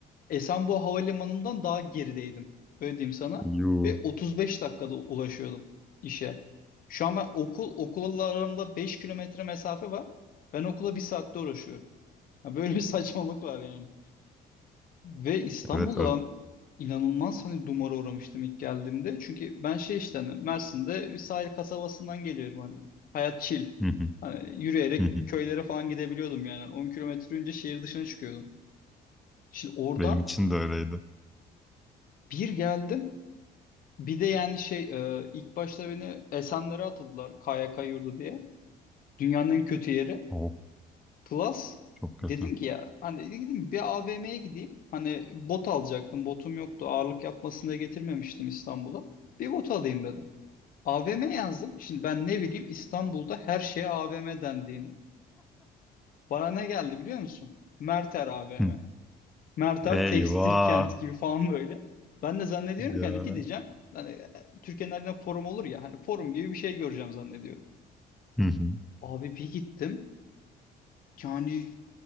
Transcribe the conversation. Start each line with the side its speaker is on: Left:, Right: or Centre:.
Left: Esenboğa Havalimanı'ndan daha gerideydim. Öyle diyeyim sana.
Centre: Yuu.
Left: Ve 35 dakikada ulaşıyordum işe. Şu an ben okul, okulla aramda 5 kilometre mesafe var. Ben okula bir saatte uğraşıyorum. Ya böyle bir <laughs> saçmalık var yani. Ve İstanbul'da
Centre: Evet. ö-
Left: ben inanılmaz hani dumura uğramıştım ilk geldiğimde. Çünkü ben şey işte hani Mersin'de bir sahil kasabasından geliyorum hani. Hayat chill.
Centre: Hı hı,
Left: Hani yürüyerek
Centre: hı hı.
Left: köylere falan gidebiliyordum yani. Hani 10 kilometre önce şehir dışına çıkıyordum. Şimdi oradan
Centre: Benim için de öyleydi.
Left: bir geldim. Bir de yani şey e, ilk başta beni Esenler'e atıldılar KYK yurdu diye. Dünyanın en kötü yeri.
Centre: Of
Left: Plus
Centre: çok kötü.
Left: dedim ki ya hani dedim bir AVM'ye gideyim. Hani bot alacaktım. Botum yoktu. Ağırlık yapmasını da getirmemiştim İstanbul'a. Bir bot alayım dedim. AVM yazdım. Şimdi ben ne bileyim İstanbul'da her şeye AVM dendiğini. Bana ne geldi biliyor musun? Merter AVM.
Centre: Hı.
Left: Merter
Centre: Eyvah.
Left: tekstil kent gibi falan böyle. Ben de zannediyorum
Centre: Ya.
Left: ki hani gideceğim. Hani e, Türkiye'nin her yerinde forum olur ya. Hani forum gibi bir şey göreceğim zannediyorum.
Centre: Hı hı.
Left: Abi bir gittim. Yani